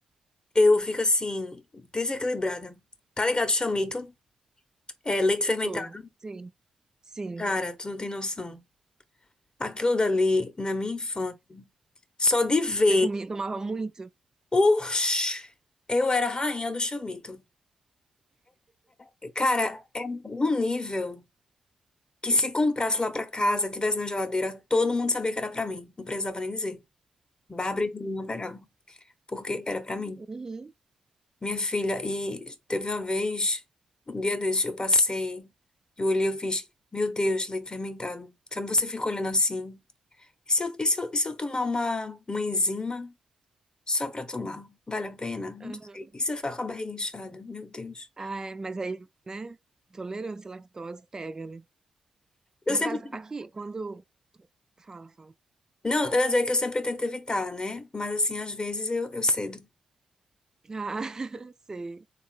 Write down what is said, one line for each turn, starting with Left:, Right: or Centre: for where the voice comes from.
Left: eu fico assim, desequilibrada. Tá ligado? Chamito, é leite fermentado.
Right: Tô, sim, sim.
Left: Cara, tu não tem noção. Aquilo dali, na minha infância, só de ver,
Right: Você comia, tomava muito?
Left: uxi, eu era a rainha do chamito. É, cara, é num nível que se comprasse lá pra casa, tivesse na geladeira, todo mundo sabia que era pra mim. Não precisava nem dizer. Bárbara e Juliana pegavam, porque era pra mim.
Right: Uhum.
Left: Minha filha, e teve uma vez, um dia desses, eu passei e olhei, eu fiz, meu Deus, leite fermentado. Sabe, você fica olhando assim. E se eu, e se eu, e se eu tomar uma, uma enzima só pra tomar? Vale a pena?
Right: aham.
Left: Não sei. E se eu ficar com a barriga inchada? Meu Deus.
Right: Ah, é, mas aí, né? Intolerância à lactose pega, né?
Left: Eu
Right: Na
Left: sempre.
Right: casa, aqui, quando. Fala, fala.
Left: Não, eu ia dizer que eu sempre tento evitar, né? Mas assim, às vezes eu, eu cedo.
Right: Ah, <laughs> sei.